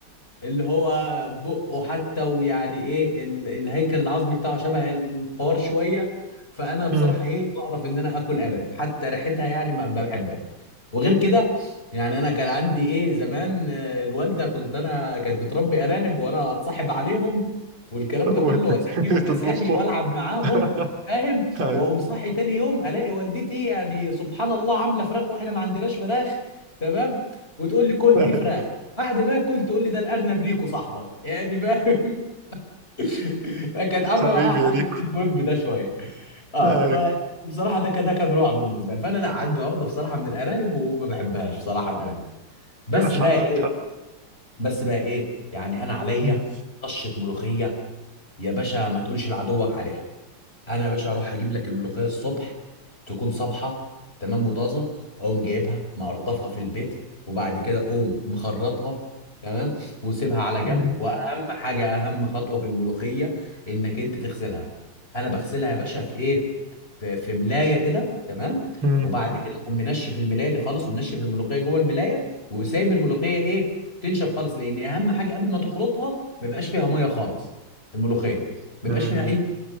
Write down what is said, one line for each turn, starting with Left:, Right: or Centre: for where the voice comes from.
Left: اللي هو بقه حتى ويعني ايه ال- الهيكل العظمي بتاعه شبه الفار شويه فانا بصراحه
Right: مم.
Left: ايه بعرف ان انا اكل ارانب حتى ريحتها يعني ما ما بحبها وغير كده يعني انا كان عندي ايه زمان آه، الوالده كنت انا كانت بتربي ارانب وانا اتصاحب عليهم والكلام
Right: وت-
Left: ده كله واسميهم
Right: <laughs>
Left: اسامي
Right: تطبخهم
Left: والعب معاهم
Right: <laughs>
Left: فاهم
Right: أيوة.
Left: واقوم صاحي تاني يوم الاقي والدتي يعني سبحان الله عامله فراخ واحنا ما عندناش فراخ تمام وتقول لي كل
Right: أيوة.
Left: دي فراخ بعد ما اكل تقول لي ده الارنب ريكو صاحبك يعني فاهم <laughs> كانت عامله
Right: حبيبي
Left: معايا حوار
Right: يا ريكو
Left: الديب ويب ده شويه اه
Right: ايوه
Left: ف بصراحه ده كده كان رعب بالنسبه لي فانا لا عندي عقده بصراحه من الارانب وما بحبهاش بصراحه الارانب بس
Right: حقك
Left: بقى ايه
Right: حق
Left: بس بقى ايه يعني انا عليا
Right: مم.
Left: طشه ملوخيه يا باشا ما تقولش لعدوك عليها انا يا باشا اروح اجيب لك الملوخيه الصبح تكون صبحه تمام وطازه اقوم جايبها مقرطفها في البيت وبعد كده اقوم مخرطها تمام وسيبها على جنب
Right: مم.
Left: واهم حاجه اهم خطوه في الملوخيه انك انت تغسلها انا بغسلها يا باشا في ايه في, في ملايه كده تمام
Right: مم.
Left: وبعد كده اقوم منشف الملايه دي خالص ومنشف الملوخيه جوه الملايه وسايب الملوخيه ايه تنشف خالص لان اهم حاجه قبل ما تخرطها ما يبقاش فيها ميه خالص الملوخيه ما بيبقاش
Right: مم.
Left: فيها اي